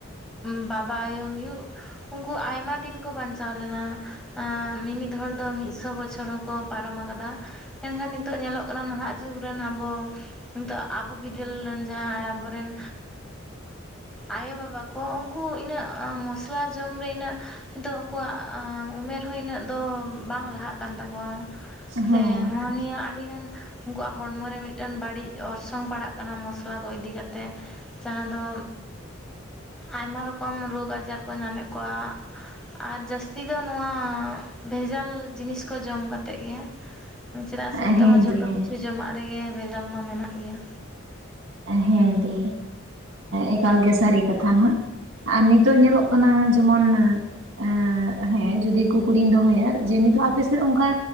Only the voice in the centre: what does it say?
ᱵᱟᱵᱟ ᱟᱭᱳ ᱦᱩᱭᱩᱜ ᱩᱱᱠᱩ ᱟᱭᱢᱟ ᱫᱤᱱ ᱠᱚ ᱵᱟᱧᱪᱟᱣ ᱞᱮᱱᱟ ᱮ ᱢᱤᱢᱤᱫ ᱦᱚᱲ ᱫᱚ ᱢᱤᱫᱥᱚ ᱵᱚᱪᱷᱚᱨ ᱦᱚᱸᱠᱚ ᱯᱟᱨᱚᱢ ᱟᱠᱟᱫᱟ ᱢᱮᱱᱠᱷᱟᱱ ᱱᱤᱛᱚᱜ ᱧᱮᱞᱚᱜ ᱠᱟᱱᱟ ᱱᱟᱦᱟᱸᱜ ᱡᱩᱜᱽ ᱨᱮᱱ ᱟᱵᱚ ᱱᱤᱛᱚᱜ ᱟᱵᱚ ᱵᱤᱫᱟᱹᱞ ᱨᱮᱱ ᱡᱟᱦᱟᱸ ᱟᱵᱚᱨᱮᱱ ᱟᱭᱳᱵᱟᱵᱟ ᱠᱚ ᱩᱱᱠᱩ ᱤᱱᱟᱹᱜ ᱢᱚᱥᱞᱟ ᱡᱚᱢ ᱨᱮ ᱤᱱᱟᱹᱜ ᱟᱠᱚᱣᱟᱜ ᱩᱢᱮᱨ ᱦᱚᱸ ᱤᱱᱟᱹᱜ ᱫᱚ ᱵᱟᱝ ᱞᱟᱦᱟᱜ ᱠᱟᱱ ᱛᱟᱠᱚᱣᱟ᱾ ᱥᱮ
ᱱᱚᱣᱟ ᱱᱤᱭᱟᱹ ᱟᱹᱰᱤᱜᱟᱱ ᱩᱱᱠᱩᱣᱟᱜ ᱦᱚᱲᱢᱚ ᱨᱮ ᱢᱤᱫᱴᱮᱱ ᱵᱟᱹᱲᱤᱡ ᱚᱨᱥᱚᱝ ᱯᱟᱲᱟᱜ ᱠᱟᱱᱟ ᱢᱚᱥᱞᱟ ᱠᱚ ᱤᱫᱤ ᱠᱟᱛᱮᱫ ᱡᱟᱦᱟᱸ ᱫᱚ ᱟᱭᱢᱟ ᱨᱚᱠᱚᱢ ᱨᱳᱜᱽ ᱟᱡᱟᱨ ᱠᱚ ᱧᱟᱢᱮᱫ ᱠᱚᱣᱟ᱾ ᱟᱨ ᱡᱟᱹᱥᱛᱤ ᱫᱚ ᱱᱚᱣᱟ ᱵᱷᱮᱡᱟᱞ ᱡᱤᱱᱤᱥ ᱠᱚ ᱡᱚᱢ ᱠᱟᱛᱮᱫ ᱜᱮ ᱪᱮᱫᱟᱜ ᱥᱮ ᱱᱤᱛᱚᱜ
ᱢᱟ ᱡᱷᱚᱛᱚ
ᱠᱤᱪᱷᱩ ᱡᱚᱢᱟᱜ ᱨᱮᱜᱮ ᱵᱷᱮᱡᱟᱞ ᱢᱟ ᱢᱮᱱᱟᱜ ᱜᱮᱭᱟ᱾
ᱦᱮᱸ